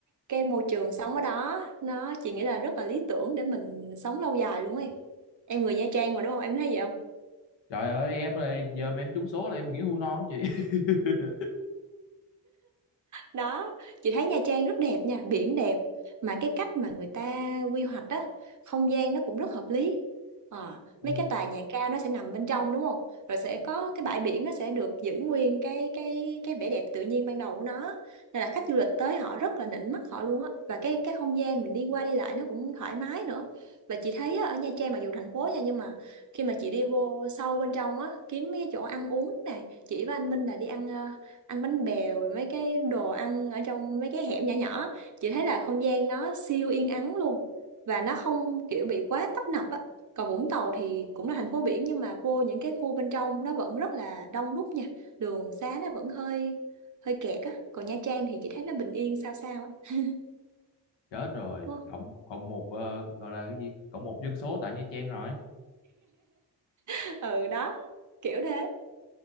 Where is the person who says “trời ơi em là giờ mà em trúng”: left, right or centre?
Left